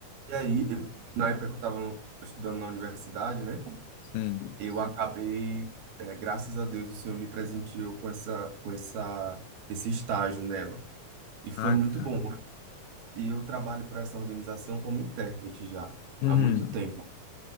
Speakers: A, on the right; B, on the left.
A: E aí, eu- na época que eu estava estudando na universidade, né?
B: Sim.
A: Eu acabei, é, graças a Deus, o Senhor me presenteou com essa, com essa, esse estágio nela. E foi
B: Ah,
A: muito
B: cara.
A: bom. E eu trabalho para essa organização como intérprete já
B: Uhum.
A: há muito tempo.